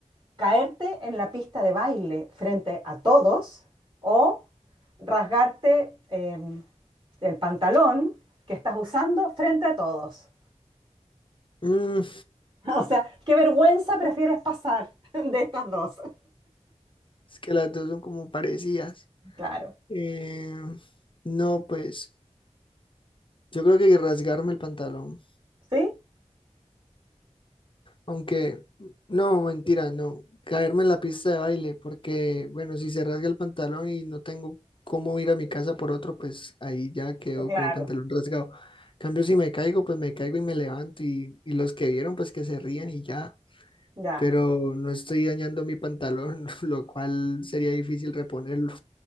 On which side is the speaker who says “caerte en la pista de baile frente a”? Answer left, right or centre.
Right